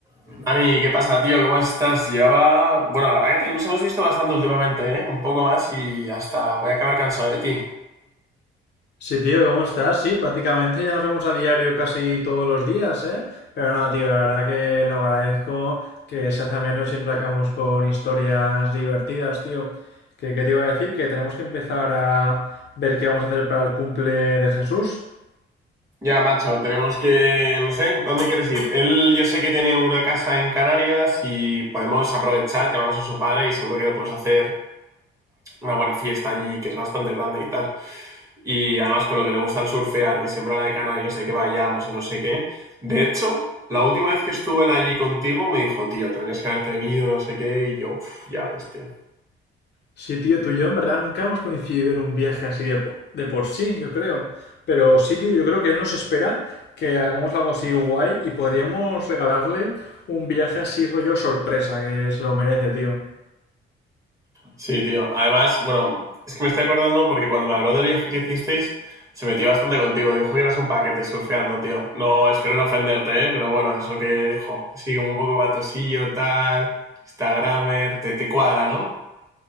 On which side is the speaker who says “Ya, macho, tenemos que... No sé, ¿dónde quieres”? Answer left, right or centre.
Right